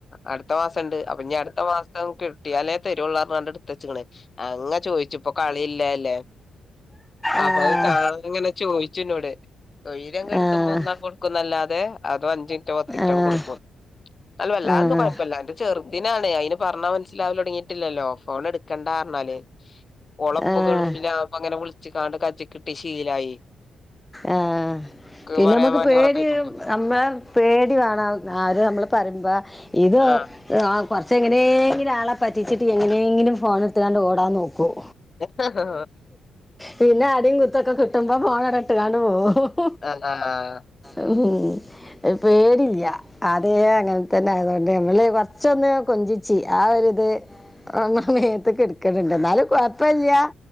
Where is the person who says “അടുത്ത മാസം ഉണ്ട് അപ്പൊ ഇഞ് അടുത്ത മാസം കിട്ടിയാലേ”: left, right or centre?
Left